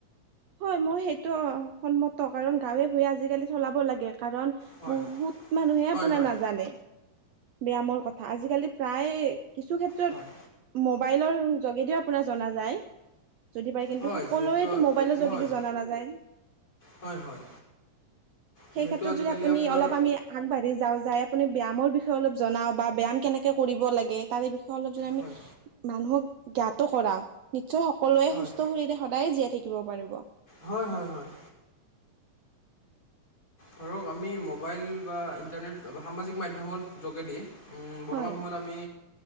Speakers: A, on the right; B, on the left.
A: হয় মই সেইটো সন্মত কাৰণ গাঁৱে ভূঞে আজিকালি চলাব লাগে, কাৰণ।
B: হয়,
A: বহুত মানুহে
B: হয়,
A: আপোনাৰ
B: হয়,
A: নাজানে। ব্যায়ামৰ কথা, আজিকালি প্ৰায় কিছু ক্ষেত্ৰত।
B: হয়,
A: মবাইলৰ যোগেদিও আপোনাৰ জনা যায়, যদি পাৰে কিন্তু
B: হয়,
A: সকলোৱে
B: যিহেতু আ-
A: মবাইলৰ যোগে।
B: হয়,
A: জনা নাযায়,
B: হয়, হয়,
A: সেই
B: যিহেতু
A: ক্ষেত্ৰত
B: আজিকালি
A: যদি আপুনি
B: আপোনাৰ
A: অলপ আমি। আগবাঢ়ি যাও যাই, আপুনি ব্যায়ামৰ বিষয়ে অলপ জনাও বা ব্যায়াম কেনেকে কৰিব লাগে। তাৰে বিষয়ে অলপ যদি আমি
B: হয়,
A: মানুহক জ্ঞাত কৰাও নিশ্চয়। সকলোৱে
B: হয়,
A: সুস্থ শৰীৰে সদায়ে জীয়াই থাকিব পাৰিব।
B: হয় হয় হয়। ধৰক আমি মোবাইল বা, ইণ্টাৰনেট সামাজিক মাধ্যমৰ যোগেদি। বৰ্তমান
A: হয়
B: সময়ত আমি